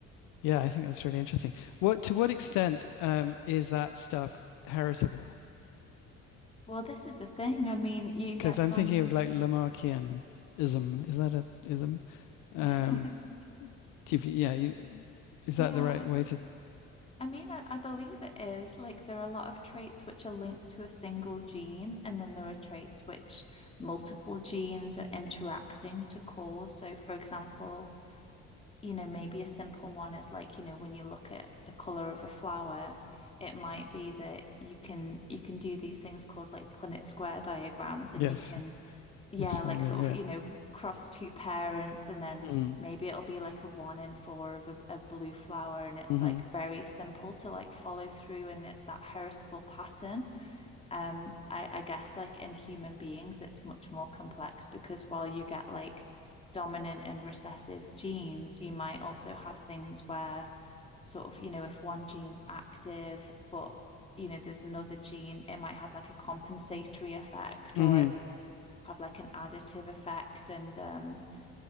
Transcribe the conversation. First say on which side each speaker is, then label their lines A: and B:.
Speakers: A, on the left; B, on the left.
A: yeah, I think that's really interesting. What to what extent um, is that stuff heritable?
B: Well, this is the thing. I mean, you
A: Because
B: get
A: I'm
B: some,
A: thinking of like Lamarckianism. Is that a ism? Um,
B: <laughs>
A: if you- yeah, you, is
B: yeah.
A: that the right way to?
B: I mean, I, I believe it is. Like, there are a lot of traits which are linked to a single gene, and then there are traits which multiple genes are interacting to cause. So, for example, you know, maybe a simple one is like, you know, when you look at the color of a flower, it might be that you can you can do these things called like Punnett square diagrams,
A: Yes,
B: and you can yeah,
A: I've seen
B: like
A: them.
B: sort of,
A: Yeah.
B: you know, cross two parents, and then
A: Mm,
B: maybe it'll be like a one in four of a, a blue flower, and it's
A: hmm
B: like very simple to like follow through in it, that heritable pattern. Um, I, I guess like in human beings, it's much more complex because while you get like dominant and recessive genes, you might also have things where sort of, you know, if one gene's active, but you know, there's another gene, it might have like a compensatory effect,
A: hmm
B: or it have like an additive effect and um